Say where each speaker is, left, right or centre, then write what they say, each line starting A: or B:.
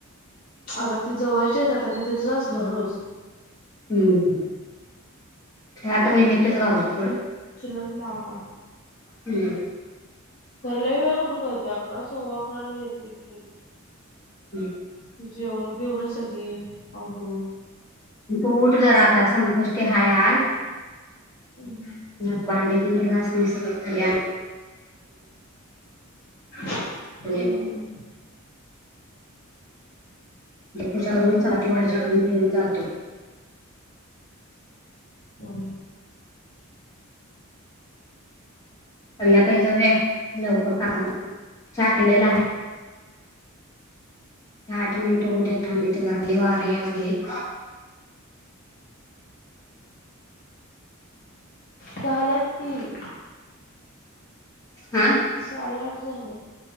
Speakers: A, on the left; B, on the left.
A: आता ती जवळच्या आहेत ते आता तिथच असणार रोज
B: हम्म, त्याला तर निमितच ते घावल थोड
A: चुलत मामाा
B: हम्म
A: खर लय वेळ कुठ कळतय अकरा सव्वा अकराला येते की व
B: हम्
A: तु जेवण बीवण न सगळ आवररून
B: तू उठ जरा आता संकष्टी हाय आज
A: हम्म
B: घा भांडे भांडे घाास मी सगळ खाली आण
A: <inaudible>
B: आणून
A: हम्
B: देवपुजा करून चांगली भाजी करुन ठेवून जातो
A: हो
B: संध्याकाळी जाऊया, लवकर काय म चहा केलेला आहे ते आठ मिनटं होऊदेत थांब इथ घरात लय वार यायलागलं <inaudible>
A: त्या आल्यात कि
B: हा
A: साडे आठ झालं